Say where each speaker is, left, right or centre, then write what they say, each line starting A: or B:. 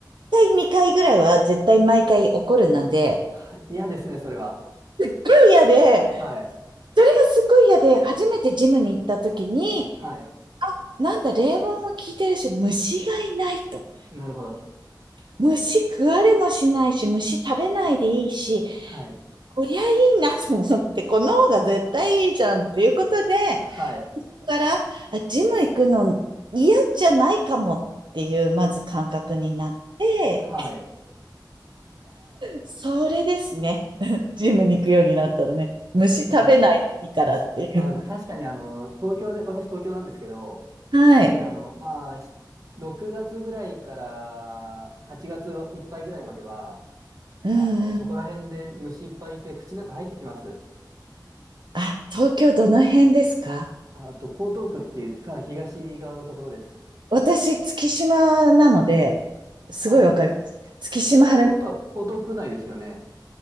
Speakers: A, on the right (about 80°); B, on the right (about 50°).
A: 回、二回ぐらいは絶対毎回起こるなんで、
B: ー、嫌ですね、それは。
A: すごい嫌で、
B: はい。
A: それがすごい嫌で、初めてジムに行った時に、
B: はい。
A: なんだ、冷房も効いてるし、虫がいないと。
B: なるほど。
A: 虫食われもしないし、虫食べないでいいし、
B: はい。
A: こりゃいいなと思って、この方が絶対いいじゃんっていうことで、
B: はい。
A: だから、あジム行くの嫌じゃないかもっていう、まず感覚になって、
B: はい。
A: それですね。<laughs> ジムに行くようになったらね。虫食べないでいいからっていう。
B: はい。虫。まあでも確かにあの、東京で、私東京なんですけど、
A: はい。
B: やっぱりあの、まあ、し6月ぐらいから8月いっぱいぐらいまでは、
A: うんうん。
B: あの、そこら辺で虫いっぱいいて口の中入ってきます。
A: あ、東京どの辺ですか
B: ああと、江東区っていうかなり東側のところです。
A: 私、月島なので、すごいわかります。
B: あ、
A: 月島晴れ、
B: 月島ってことは江東区内ですよね。